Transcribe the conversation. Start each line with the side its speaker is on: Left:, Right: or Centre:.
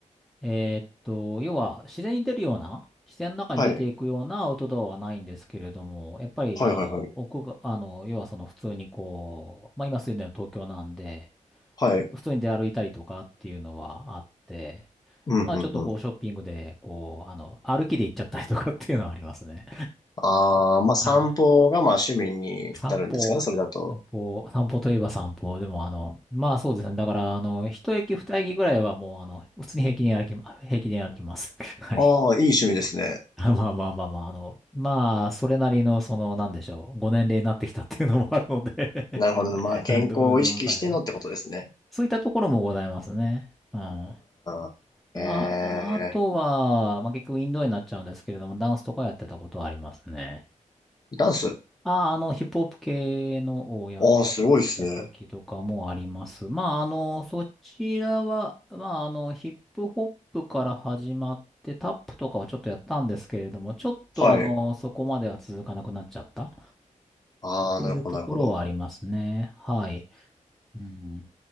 Centre: えーっと、要は自然に出るような、自然の中に出ていくようなアウトドアはないんですけれども、
Left: はい。
Centre: やっぱり、
Left: はいはいはい。
Centre: あの、奥が、あの、要はその普通にこう、まあ今住んでるの東京なんで、
Left: はい。
Centre: 普通に出歩いたりとかっていうのはあって、
Left: うん、
Centre: まあちょっとこうショッピングで、
Left: うん、うん。
Centre: こう、あの、歩きで行っちゃったりとかっていうのはありますね。
Left: ああ、まあ散歩がまあ趣味に当たるんですかね、
Centre: あ、散歩。
Left: それだと。
Centre: 散歩、散歩といえば散歩。でも、あの、まあそうですね。だから、あの、一駅二駅ぐらいはもう、あの、普通に平気に歩きま、平気で歩きます。<laughs> はい。
Left: ああ、いい趣味ですね。
Centre: <laughs> あまあまあまあまあ、あの、まあ、それなりの、その、なんでしょう、ご年齢になってきたっていうのもあるので
Left: なるほど。
Centre: <laughs>
Left: まあ健康を意識してのってことですね。
Centre: 運動、運動会で。そういったところもございますね。うん。ま
Left: ああ、
Centre: あ、
Left: ええ
Centre: あとは、まあ結局インドアになっちゃうんですけれども、ダンスとかやってたことはありますね。
Left: ダンス。
Centre: あ、あの、ヒップホップ系のをやってた時とかもあります。
Left: ああ、すごいですね。
Centre: まあ、あの、そちらは、まあ、あの、ヒップホップから始まって、タップとかはちょっとやったんですけれども、ちょっとあの、
Left: はい。
Centre: そこまでは続かなくなっちゃった
Left: ああ、
Centre: というところはありますね。
Left: なるほど、なるほど。
Centre: はい。うん。